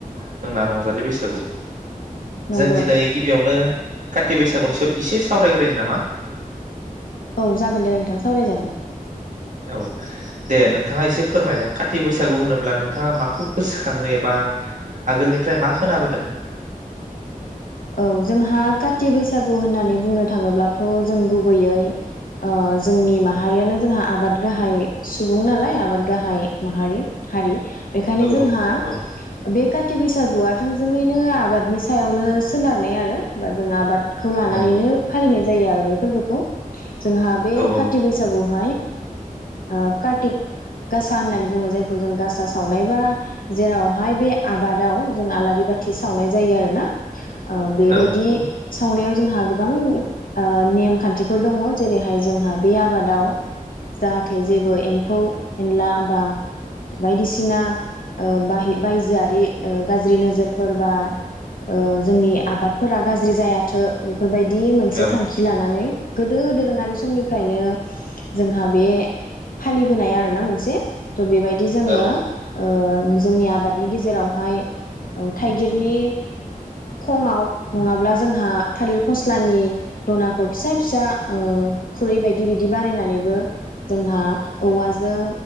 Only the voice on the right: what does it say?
जोंना रंजालि बैसागु।
जों दिनै गिबियावनो। ति बैसागुसेयाव एसे सावरायग्रोनि नामा?
औ दे नोंथाङा एसे फोरमायलाय काति बैसागु होनोब्ला नोंथाङा माखौ गोसोखाङो एबा आगोलनिफ्राय मा खोनाबोदों?
औ
औ औ
नंगौ
औ औ
औ नंगौ
औ
औ